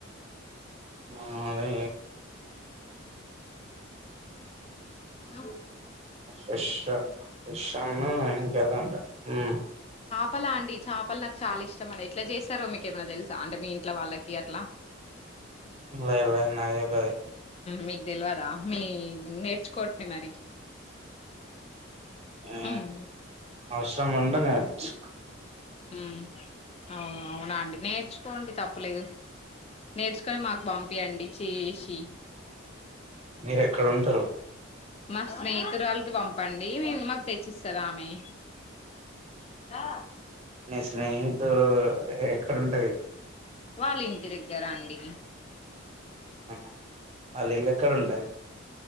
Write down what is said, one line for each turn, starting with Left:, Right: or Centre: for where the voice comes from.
Right: అ అదే
Left: ఆ
Right: విషా విష్ అన్నా ఇంకేది అంట ఉ
Left: చపలా అండి చాపలు నాకు చాలా ఇష్టం అండి ఇట్లా చేస్తారో మీకేమైనా తెలుసా అంటే మీ ఇంట్ల వాళ్ళకి అట్లా
Right: లేదు లేదు నాకు తెలువది
Left: మీకు తెలువదా మీ నేర్చుకోండి మరి
Right: ఆ
Left: ఉమ్,
Right: అవసరం ఉంటే నేర్చు
Left: ఉ అవు అవునా అండి నేర్చుకోండి తప్పు తులేదు నేర్చుకొని మాకు పంపియండి చేసి
Right: మీరు ఎక్కడ ఉంటారు
Left: మా స్నేహితురాలకి పంపండి మ మాకు తెచ్చిస్తాది ఆమె దా
Right: ని స్నేహితురాలు ఎక్కడ ఉంటది
Left: వాళ్ళ ఇంటి దగ్గర అండి
Right: ఆహ వాళ్ళ ఇళ్ళు ఎక్కడ ఉంటది